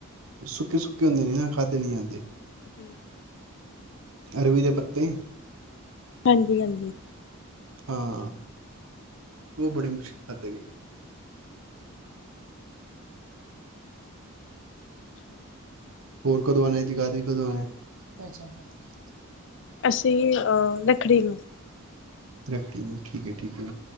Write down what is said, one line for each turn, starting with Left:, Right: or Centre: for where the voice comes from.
Right: ਸੁੱਕੇ-ਸੁੱਕੇ ਹੁੰਦੇ ਨੇ ਨਾ ਖਾਧਦੇ ਨੀ ਜਾਂਦੇ।
Left: ਹੂ ਹੂੰ
Right: ਅਰਬੀ ਦੇ ਪੱਤੇ
Left: ਹਾਜੀ -ਹਾਜੀ।
Right: ਹਾਂ ਉਹ ਬੜੀ ਮੁਸ਼ਕਿਲ ਖਾਧੇ ਗਏ।
Left: ਅੱਛਾ
Right: ਹੋਰ ਕਦੋਂ ਆਣਾ ਜਗਾਦਰੀ ਕਦੋਂ ਆਣਾ? <unintelligible>
Left: ਅਸੀਂ ਅ ਰੱਖੜੀ ਨੂੰ
Right: ਰੱਖੜੀ ਨੂੰ ਠੀਕ ਏ ਠੀਕ ਏ,